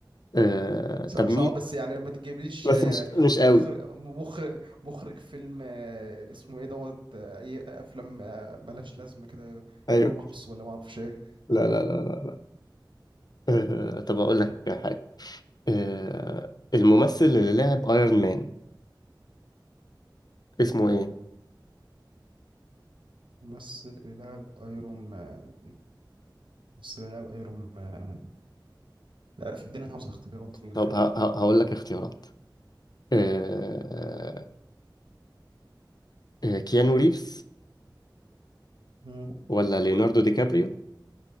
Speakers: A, on the left; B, on the right.
A: آه طب
B: صعب
A: مين
B: صعب بس يعني ما تجيبليش
A: بس
B: آه،
A: مش مش قوي
B: مخرج مخرج مخرج فيلم آه، اسمه إيه دوت آه، أي أفلام آه، ملهاش لازمة كده
A: أيوه
B: جرون أبس ولا ما أعرفش إيه
A: لا لا لا لا آه طب أقول لك حاجة آه الممثل اللي لعب ايرون مان اسمه إيه؟
B: ممثل اللي لاعب أيرون مان ممثل اللي لاعب أيرون مان لا في دينا عاوز اختيارات في الغالب
A: طب ه- ه- هقول لك اختيارات آه، آه، كيانو ريفز
B: مم.
A: ولا ليوناردو دي كابريو